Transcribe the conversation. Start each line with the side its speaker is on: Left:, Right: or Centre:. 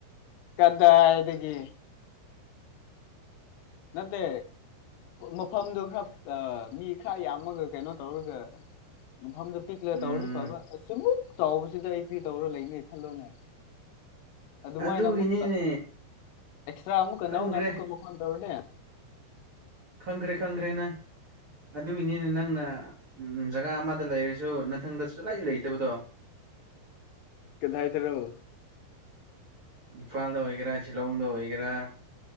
Left: ꯀꯗ ꯑꯦꯗꯤꯗꯒꯤ ꯅꯠꯇꯦ ꯃꯐꯝꯗꯨꯣ ꯈꯔ ꯃꯤ ꯈꯔ ꯌꯥꯝꯃꯒ ꯀꯩꯅꯣ ꯇꯧꯔꯒ ꯃꯐꯝꯗꯣ ꯄꯤꯛꯂ
Right: ꯎꯝ
Left: ꯇꯧꯔꯗꯤ ꯐꯕ ꯑꯁꯛ ꯆꯥꯎꯕꯁꯤꯗ ꯑꯩꯈꯨꯔꯤ ꯇꯧꯔ ꯂꯩꯅꯤ ꯊꯜꯂꯣꯅꯦ ꯑꯗꯨꯃꯥꯏꯅ
Right: ꯑꯗꯨꯒꯤꯅꯤꯅꯦ
Left: ꯑꯃꯨꯛꯀ ꯑꯦꯛꯁꯇ꯭ꯔꯥ ꯑꯃꯨꯛꯀ
Right: ꯈꯪꯈ꯭ꯔꯦ
Left: ꯅꯧꯅ ꯑꯃꯨꯛꯀ ꯃꯈ ꯑꯣꯔꯅꯦ
Right: ꯈꯪꯈ꯭ꯔꯦ ꯈꯪꯈ꯭ꯔꯦꯅ ꯑꯗꯨꯒꯤꯅꯤꯅꯦ ꯅꯪꯅ ꯖꯒꯥ ꯑꯃꯗ ꯂꯩꯔꯁꯨ ꯅꯊꯪꯗ ꯁꯂꯥꯏꯔꯤ ꯂꯩꯇꯕꯗꯣ
Left: ꯀꯗꯥ ꯗꯥꯔꯣ
Right: ꯏꯝꯐꯥꯜꯗ ꯑꯣꯏꯒꯦꯔꯥ ꯁꯤꯂꯣꯡꯗ ꯑꯣꯏꯒꯦꯔꯥ